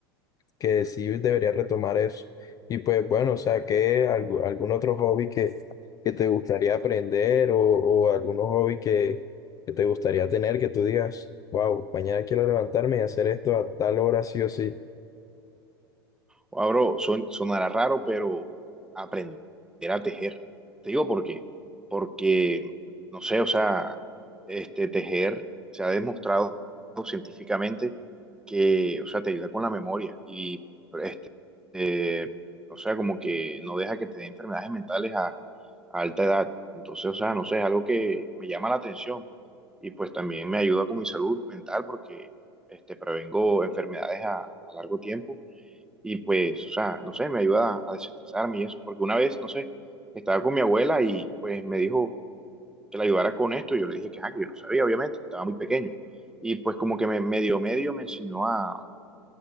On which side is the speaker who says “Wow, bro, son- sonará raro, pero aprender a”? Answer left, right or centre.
Centre